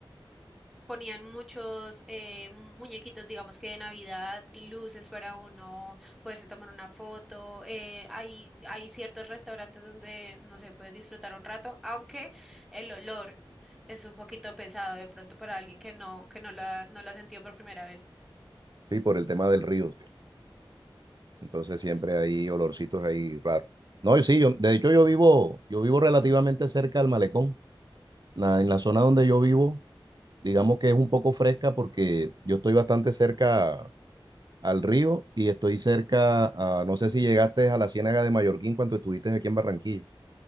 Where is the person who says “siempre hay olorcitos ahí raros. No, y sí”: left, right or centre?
Right